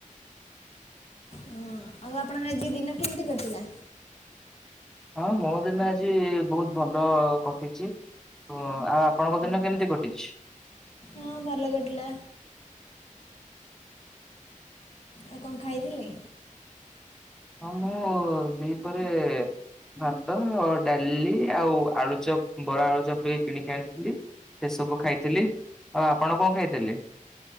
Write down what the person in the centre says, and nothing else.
ହଁ ମୋ ଦିନ ଆଜି ବହୁତ ଭଲ କଟିଚି। ଓ ଆଉ ଆପଣଙ୍କ ଦିନ କେମିତି କଟିଛି?
ହଁ ମୁଁ ଦିପହରେ ଭାତ, ଡାଲି ଆଉ ଆଳୁଚପ, ବରା, ଆଳୁଚପ ଟିକେ କିଣିକି ଆଣିଥିଲି ସେ ସବୁ ଖାଇଥିଲି। ଆଉ ଆପଣ କଣ ଖାଇଥିଲେ?